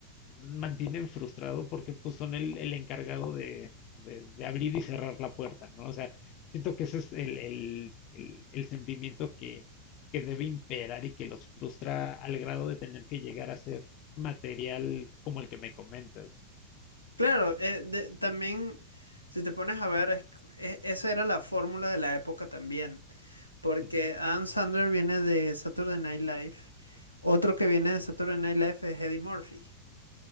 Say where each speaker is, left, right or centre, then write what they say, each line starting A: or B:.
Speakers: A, on the left (about 40°); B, on the left (about 90°).
A: mantienen frustrado porque pues son el, el encargado de, de- de abrir y cerrar la puerta, ¿no? O sea, siento que ese es el, el- el- el sentimiento que, que debe imperar y que los frustra al grado de tener que llegar a ser material como el que me comentas.
B: claro, eh, de- también si te pones a ver, es- e- esa era la fórmula de la época también, porque
A: Ujú.
B: Adam Sandler viene de Saturday Night Live, otro que viene de Saturday Night Live es Eddie Murphy.